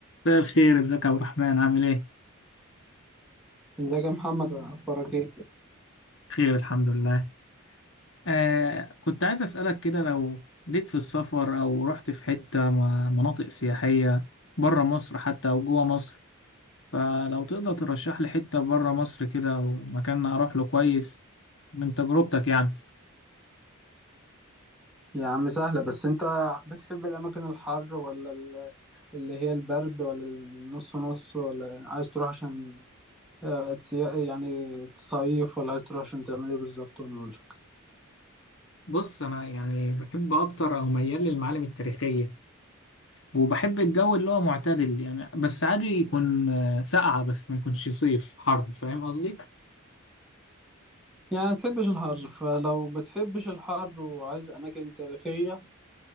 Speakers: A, on the left; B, in the centre.
A: مساء الخير ازيك يا عبد الرحمن عامل ايه؟
B: ازيك يا محمد اخبارك ايه
A: خير الحمد لله آه كنت عايز اسألك كده لو ليك في السفر او رحت في حتة م- مناطق سياحية بره مصر حتى او جوه مصر فلو تقدر ترشح لي حتة بره مصر كده ومكان اروح له كويس من تجربتك يعني
B: يا عم سهلة بس انت بتحب الاماكن الحر ولا ال- اللي هي البرد ولا النص نص ولا عايز تروح عشان آه، تسي- يعني تصيف ولا عايز تروح عشان تعمل ايه بالظبط وانا اقولك
A: بص انا يعني بحب اكتر او ميال للمعالم التاريخيه وبحب الجو اللي هو معتدل يعني بس عادي يكون آه، ساقعة بس ما يكونش صيف حر فاهم قصدي؟
B: يعني ما تحبش الحر فلو بتحبش الحر وعايز اماكن تاريخية